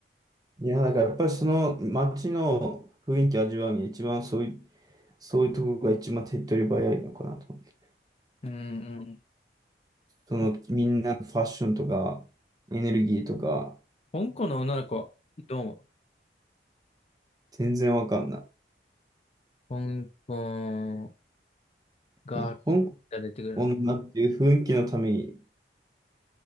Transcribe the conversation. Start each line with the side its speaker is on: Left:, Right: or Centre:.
Right: いや、だからやっぱりその街の雰囲気味わうに一番そういう、そういうとこが一番手っ取り早いのかなと思って。
Left: うんうん。
Right: そのみんなのファッションとか、
Left: ほ
Right: エネルギーとか、
Left: 香港の女の子、どう思う
Right: 全然わかんない。
Left: 香港が
Right: なんか香
Left: 出てくるの。
Right: 港だっていう雰囲気のために、